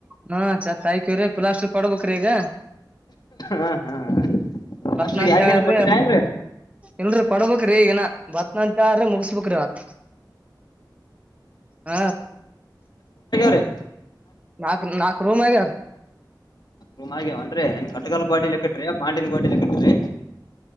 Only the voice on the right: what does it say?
ಹಾ ಚ ತಾಯ ಕ್ರ. ಪ್ಲಾಸ್ಟರ್ ಕೊಡ್ಬೇಕ್ರೀ ಈಗ.
ಬರ್ತ್ನಂತ
ಹೇಳ್ರಿ
ಇಲ್ರರಿ ಪಡ್ಬೇಕ. ಈಗನ ಬರ್ತನಾನ್ಟ ಮುಗಿಸಬೇಕುಕ್್ರೀತ್ ಹ.
ನಾಲ್ಕು ನಾಲ್. ಕೋಮಗಾರ.